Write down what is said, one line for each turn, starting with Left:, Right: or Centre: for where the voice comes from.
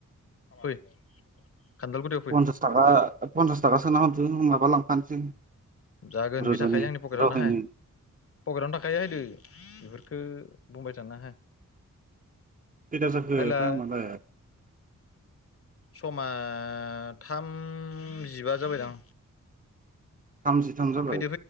Left: फै खान्दालगुरियाव फै
Right: पन्सास थाखा पन्सास थाखा सोना जों माबा लांफानोसै
Left: जागोन
Right: रज'नि
Left: बे थाखायो आंनि पकेरावनो
Right: रहायनि
Left: हाय पकेरावनो थाखायो हैदो बेफोरखौ ओ बुंबाय थानो हा
Right: खैथा जाखो
Left: हेलौ
Right: टाइमालाय
Left: समा थामजिबा जाबायदां
Right: थामजि थाम जाबाय
Left: फैदो